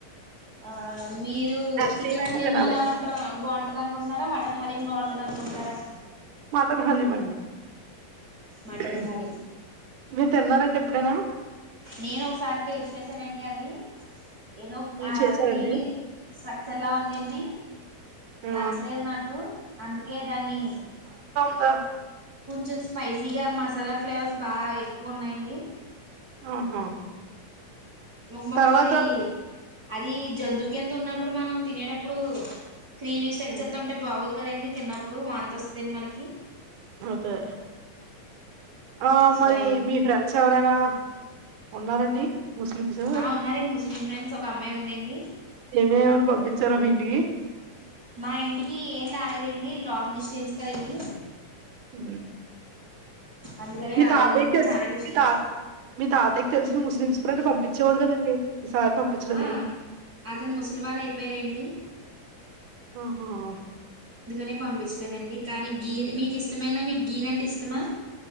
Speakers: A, on the right; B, on the right.
A: ఆ మీరు
B: నెక్స్ట్
A: చికెన్
B: ఇయర్ అయినా
A: హలీం
B: తినాలి
A: ఎలా ఉంటారు బాగుంటది అనుకుంటున్నారా మటన్ హలీం బాగుంటది అనుకున్నారా
B: మటన్ హలీం అండి
A: మటన్
B: ఉహ
A: హలీం
B: మీరు తిన్నారా అండి ఎప్పుడైనా
A: నేను ఒకసారి టేస్ట్ చేసానండి అది ఏదో ఆ
B: చేసారండి
A: క్రీమీ స్ట్రక్చర్ల ఉందండి
B: ఆ
A: నచ్చలేదు నాకు అందుకే దాన్ని
B: ఆ
A: కొంచెం స్పైసీగా మసాలా ఫ్లేవర్స్ బాగా ఎక్కువ ఉన్నాయండి
B: ఆహా
A: ఒంగుమక
B: తర్వాత
A: మరి అది జంతువు కింద ఉన్నప్పుడు మనం తినేటప్పుడు క్రీమీ స్ట్రక్చర్
B: హ్మ్.
A: త ఉంటే బాగోదు కదండి తిన్నప్పుడు వాంత వస్తుందండి మనకి
B: ఓకే ఆ
A: సో
B: మరి
A: అ
B: మీ ఫ్రెండ్స్ ఎవరైనా ఉన్నారండి ముస్లిమ్స్
A: ఆ ఉన్నారండి ముస్లిం ఫ్రెండ్స్ ఒక అమ్మాయి ఉందండి
B: ఏమేమని పంపించారా వీటికి
A: మా ఇంటికి ఏం రాలేదండి లాంగ్ డిస్టెన్స్ కదండి
B: ఉ
A: అందుకనే
B: మితాత
A: రాలేదండి చాలా డిస్టెన్స్
B: మితా మితాత తెలిసిన ముస్లిం ఫ్రెండ్స్ పంపించేవాడు కదండి ఈసారి పంపించలేదేమి
A: ఆ అతను ముసలివారు అయిపోయారండి
B: ఆహా
A: నే పంపించలేదండి కానీ గీర్ మీకు ఇష్టమనా మీకు గీర్ అంటే ఇష్టమా